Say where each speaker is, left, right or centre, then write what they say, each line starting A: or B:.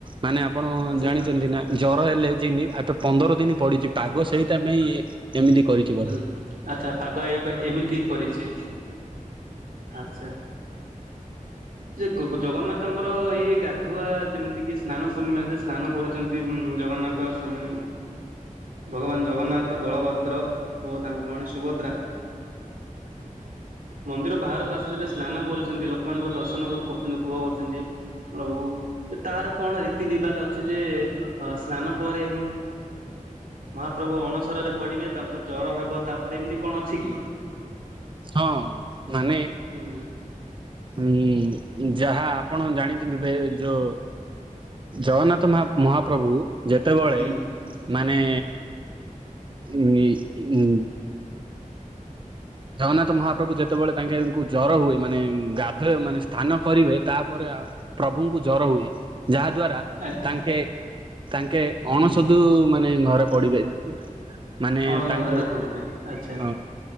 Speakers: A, on the right; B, on the right.
A: ମାନେ ଆପଣ
B: ଆଚ୍ଛା
A: ଜାଣିଛନ୍ତି ନା ଜର ଏ ପନ୍ଦର ଦିନ ପଡିଛି, ପାଗ ସେଇଟ ପାଇଁ ଏମିତି କରିଛି ବଧେ।
B: ହୁଁ। ଆଚ୍ଛା ଏମିତି କରିଛି, ଆଛା। ଯେ ଜଗନ୍ନାଥଙ୍କର ଏଇ ଗାଧୁଆ, ଯେମିତି କିି ସ୍ନାନପୂର୍ଣ୍ଣିମା ଯେ ସ୍ନାନ କରୁଛନ୍ତି, ଜଗନ୍ ଜଗନ୍ନାଥ ସ୍ଵାମୀ, ଭଗବାନ ଜଗନ୍ନାଥ, ବଳଭଦ୍ର ଓ ତାଙ୍କ ଭଉଣୀ ସୁଭଦ୍ରା। ମନ୍ଦିର ବାହାରକୁ ଆସିଥିଲେ, ସ୍ନାନ କରୁଛନ୍ତି ଲୋକମାନଙ୍କ ଦର୍ଶନ ବି କରୁଛନ୍ତି, ଉପଭୋଗ ଆଉ ତାର କଣ ରୀତି ନିବାଜ ଅଛି, ଯେ ସ୍ନାନ ପରେ ମହାପ୍ରଭୁ ଅଣସରରେ ପଡ଼ିବେ, ତାଙ୍କୁ ଜର ହେବ ତାପରେ ଏମିତି କଣ ଅଛି କି?
A: ହଁ ମାନେ
B: ହୁଁ
A: ଉଁ। ଯାହା ଆପଣ ଜାଣିଛନ୍ତି, ବେ ଯୋ ଜଗନ୍ନାଥ ମ ମହାପ୍ରଭୁ। ଯେତେବେଳେ
B: ହୁଁ
A: ମାନେ
B: ହୁଁ
A: ଉଁ ଉଁ ଜଗନ୍ନାଥ ମହାପ୍ରଭୁ ଯେତେବେଳେ ତାଙ୍କେଙ୍କୁ ଜର ହୁଏ। ମାନେ ଗାଧୋଇବେ ମାନେ ସ୍ନାନ କରିବେ ତାପରେ ଆ ପ୍ରଭୁଙ୍କୁ ଜର ହୁଏ। ଯାହା ଦ୍ଵାରା
B: ଆଛା
A: ତାଙ୍କେ ତାଙ୍କେ ଅଣସୁଧୁ
B: ହୁଁ
A: ମାନେ ଘରେ ପଡିବେ। ମାନେ
B: ଅଣସରାରେ
A: ତାଙ୍କ
B: ପଡିବେ ଆଛା।
A: ଅ